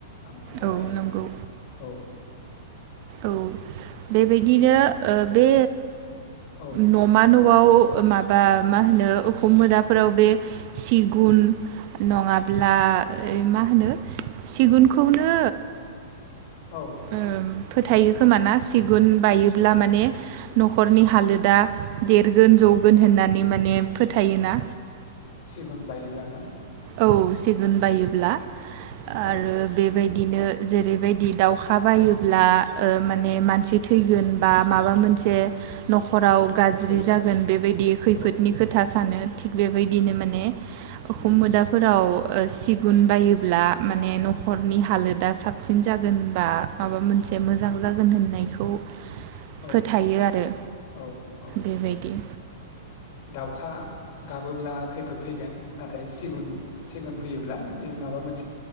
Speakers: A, on the left; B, on the right.
A: ओमफ्राय
B: औ नंगौ
A: औ
B: औ बेबाय बिदिनो ओ बे
A: औ
B: न'मा न' आव माबा मा होनो उखुम मोदाफोराव बे सिगुन नङाब्ला मा होनो सिगुनखौनो
A: औ
B: ओम फोथायो खोमा ना सिगुन बायोब्ला माने न'खरनि हालोदा देरगोन जौगोन होननानै माने फोथायोना।
A: सिगुन बायोब्लाना?
B: औ सिगुन बायोब्ला आरो
A: औ
B: बेबाय बिदिनो जे बेबायदि दाउखा बायो ब्ला ओ माने मानसि थैगोन बा माबा मोनसे न'खराव गाज्रि
A: खैफोद
B: जागोन बेबायदि खैफोदनि
A: औ
B: खोथा सानो। थिग बेबायदिनो माने अखोम
A: उम,
B: मोदाब फोराव ओ सिगुन बायोब्ला माने न'खरनि हालोदा साबसिन जागोन बा माबा मोनसे मोजां जागोन होननायखौ
A: औ
B: फोथायो आरो
A: औ औ
B: बेबायदि।
A: दाउखा गाबोब्ला खैफोद फैगोन नाथाय सिगुन सिगुन फैयो ब्ला बे माबा मोन